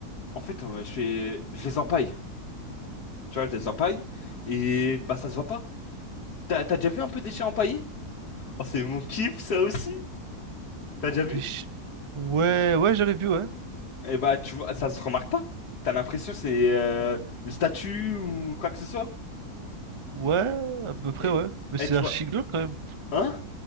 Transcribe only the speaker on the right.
T'es ch- Ouais, ouais, j'avais vu, ouais.
Ouais, à peu près,
ouais. Mais
c'est
archi
glauque quand même.